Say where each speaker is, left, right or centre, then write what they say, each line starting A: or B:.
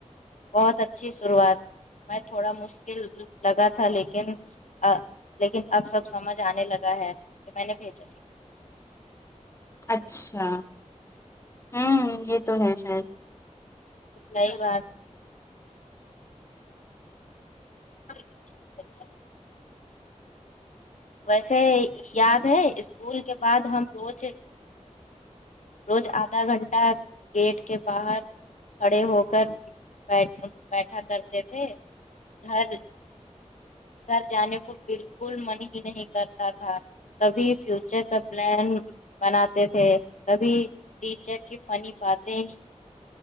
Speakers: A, on the left (about 75°); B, on the left (about 20°).
A: بہت اچھی شروعات میں تھوڑا مشکل لگا تھا لیکن ا لیکن اب سب سمجھ ا نے لگا ہےجو میں نے بھیجا
B: اچھا ہمم یہ تو ہے شاہد
A: صحیح بات <unintelligible> ویسے یاد ہے اسکول کے بعد ہم روز روز آدھا گھنٹہ گیٹ کے باہر کھڑے ہو کر بیٹھ بیٹھا کرتے تھے گھر گھر جانے کو بالکل من ہی نہیں کرتا تھا کبھی فیوچر کا پلان بناتے تھے کبھی ٹیچر کی فنی باتیں